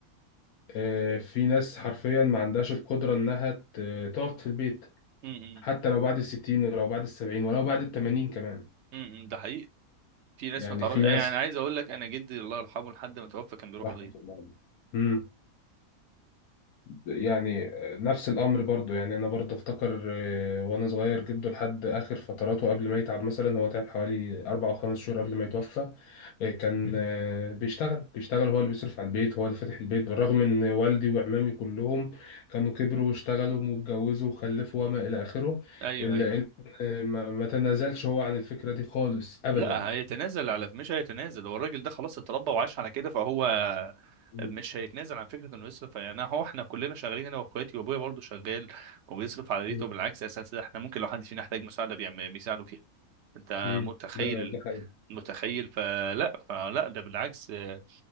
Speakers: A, on the left (about 85°); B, on the right (about 60°).
A: آه، في ناس حرفيا ما عندهاش القدره انها ت- تقعد في البيت
B: امم
A: حتى لو بعد الستين ولو بعد السبعين ولو بعد التمانين كمان
B: امم ده حقيقي في ناس
A: يعني
B: ما تعرفش
A: في ناس
B: يعني انا عايز اقول لك انا جدي الله يرحمه لحد ما توفى كان بيروح
A: رحمه
B: الغيط
A: الله عليهم. امم يعني آه، نفس الامر برضو يعني انا برضو افتكر آه، وانا صغير جده لحد اخر فتراته قبل ما يتعب مثلا هو تعب حوالي اربع او خمس شهور قبل ما يتوفى آه، كان آه، بيشتغل بيشتغل هو اللي بيصرف على البيت هو اللي فاتح البيت بالرغم ان والدي وعمامي كلهم كانوا كبروا واشتغلوا واتجوزوا وخلفوا وما الى اخره
B: ايوه
A: الا
B: ايوه
A: ان آه، ما ما تنازلش هو عن الفكرة دي خالص ابدا
B: لا هيتنازل على مش هيتنازل هو الراجل ده خلاص اتربى وعاش على كده فهو
A: مم.
B: مش هيتنازل عن فكره انه يصرف يعني هو احنا كلنا شغالين انا واخواتي وابويا برضه شغال وبيصرف على بيته
A: مم.
B: بالعكس اساسا احنا ممكن لو حد فينا احتاج مساعده بيعمل بيساعده فيها انت
A: مم.
B: متخيل
A: ده
B: ال-
A: ده حقيقي
B: متخيل فلا فلا ده بالعكس آه،